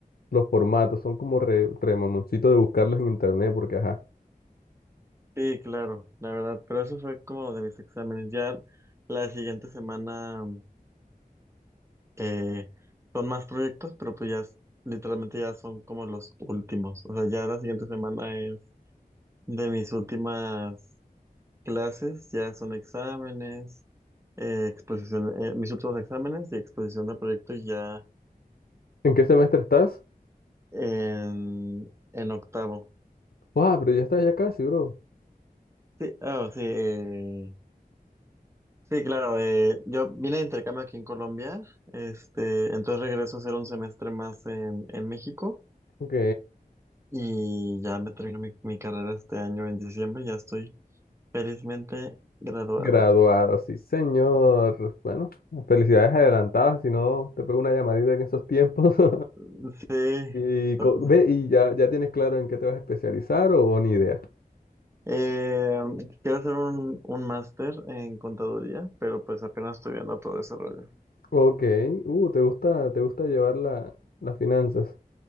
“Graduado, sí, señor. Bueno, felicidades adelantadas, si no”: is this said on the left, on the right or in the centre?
Left